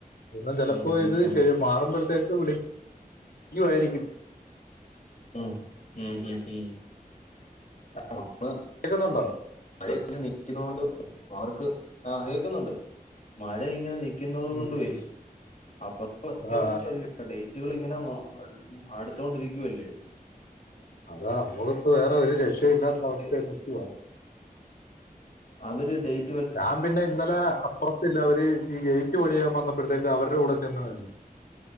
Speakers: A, on the left (about 75°); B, on the left (about 50°).
A: പി ചിലപ്പോ
B: മ്ഹ്.
A: ഇത്
B: മ്ഹ്.
A: ചെയ മാറുമ്പോഴത്തേക്ക് വിളി ക്കുവായിരിക്കും
B: <inaudible> ഉം ഉം ഉം ഉം അ നമ്മള്
A: കേക്കുന്നുണ്ടോ
B: മഴ ഇങ്ങനെ നിക്കണോണ്ട് അവർക്ക് ആഹ് കേക്കുന്നുണ്ട് മഴ ഇങ്ങനെ നി ക്കിന്നത്
A: ഉം
B: കൊണ്ട് പോയി
A: ഉം
B: അവർക്ക അത്യാവശ്യല്ല
A: ആ
B: ഡേറ്റുകൾ ഇങ്ങനെ അടുത്തൊണ്ടിരിക്കുവല്ലേ
A: അതാ നമുക്ക് വേറെ ഒരു രക്ഷ ഇല്ലാത്ത
B: മാറ്റി
A: അവസ്ഥയിനിക്കുവാ
B: അവര് ഡേയ്
A: ഞാ പിന്നെ ഇന്നലെ അപ്പുറത്തില്ല അവര് ഈ ഗേറ്റ് പണിയാൻ വന്നപ്പോഴത്തേക്ക് അവരുടെ കൂടെ ചെന്ന് നിന്നു